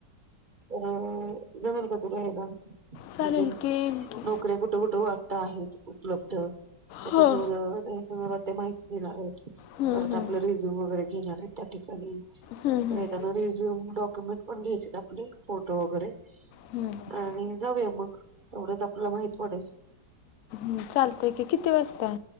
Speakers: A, on the right; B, on the left.
A: तर जमेल का तुला यायला? म्हणजे
B: चालेल की येईन की
A: नोकऱ्या कुठ कुठ वाटता आहेत उपलब्ध त्याच्या
B: हां
A: संदर्भात अस जरा ते माहिती देणार आहेत
B: हम्म
A: परत
B: हम्म
A: आपला रिझ्युम वगैरे घेणार येत त्या ठिकाणी
B: हम्म
A: तर
B: हम्म
A: ये त्यांना रिझ्युम डॉक्युमेंट पण घ्यायचेत आपले फोटो वगैरे
B: हम्म
A: आणि जाऊया मग तेवढंच आपल्याला माहित पडेल.
B: म चालतंय की किती वाजता